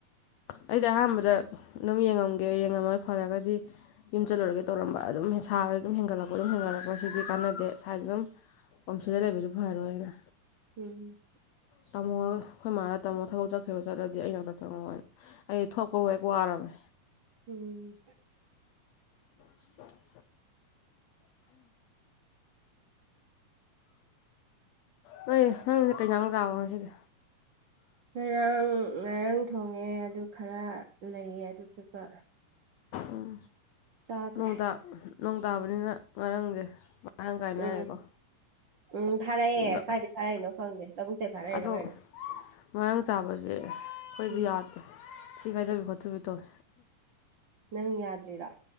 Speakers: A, on the left (about 75°); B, on the right (about 70°).
A: ꯑꯩꯁꯦ ꯑꯍꯥꯟꯕꯗ ꯑꯗꯨꯝ ꯌꯦꯡꯉꯝꯒꯦ ꯌꯦꯡꯉꯝꯃ ꯐꯔꯒꯗꯤ ꯌꯨꯝ ꯆꯜꯂꯨꯔꯒꯦ ꯇꯧꯔꯝꯕ ꯑꯗꯨꯝ ꯍꯦ ꯁꯥꯕꯖꯦ ꯑꯗꯨꯝ ꯍꯦꯟꯒꯠꯂꯛꯄ ꯑꯗꯨꯝ ꯍꯦꯟꯒꯠꯂꯛꯄ ꯁꯤꯗꯤ ꯀꯥꯟꯅꯗꯦ ꯁꯥꯏꯗꯗꯨꯝ ꯑꯣꯝꯁꯤꯂ ꯂꯩꯕꯖꯨ ꯐꯔꯣꯏꯅ
B: ꯎꯝ
A: ꯇꯝꯃꯣꯒ ꯑꯩꯈꯣꯏ ꯃꯥꯅ ꯇꯝꯃꯣ ꯊꯕꯛ ꯆꯠꯈ꯭ꯔꯦꯕ ꯆꯠꯂꯗꯤ ꯑꯩ ꯅꯥꯛꯇ ꯆꯪꯉꯛꯑꯣꯅ ꯑꯩ ꯊꯣꯛꯄꯕꯨ ꯍꯦꯛ ꯋꯥꯔꯕꯅꯦ
B: ꯎꯝ
A: <inaudible> ꯅꯣꯏ ꯅꯪꯖꯦ ꯀꯩꯖꯥꯡ ꯆꯥꯕꯣ ꯉꯁꯤꯗꯤ
B: ꯉꯔꯥꯡ ꯉꯔꯪ ꯊꯣꯡꯉꯦ ꯑꯗꯨ ꯈꯔ ꯂꯩꯌꯦ ꯑꯗꯨꯗꯨꯒ
A: ꯎꯝ
B: ꯆꯥꯈ꯭ꯔꯦ
A: ꯅꯣꯡ ꯇꯥ ꯅꯣꯡ ꯇꯥꯕꯅꯤꯅ ꯉꯔꯪꯒꯦ ꯑꯍꯪ ꯀꯥꯏꯅꯔꯦꯀꯣ
B: ꯎꯝ ꯎꯝ ꯐꯥꯔꯛꯑꯦ
A: ꯑꯗꯣ
B: ꯀꯥꯏꯗꯩ ꯐꯥꯔꯛꯏꯅꯣ ꯈꯪꯗꯦ ꯂꯧꯕꯨꯛꯇꯩ ꯐꯔꯛꯏꯔꯣ
A: ꯑꯗꯣ
B: ꯀꯩꯅꯣ
A: ꯉꯔꯥꯡ ꯆꯥꯕꯖꯦ ꯑꯩꯈꯣꯏꯗꯤ
B: ꯎꯝ
A: ꯌꯥꯗꯦ ꯊꯤ ꯐꯥꯏꯗꯕꯤ ꯈꯣꯠꯊꯕꯤ ꯇꯧꯋꯦ
B: ꯅꯪ ꯌꯥꯗ꯭ꯔꯤꯔꯣ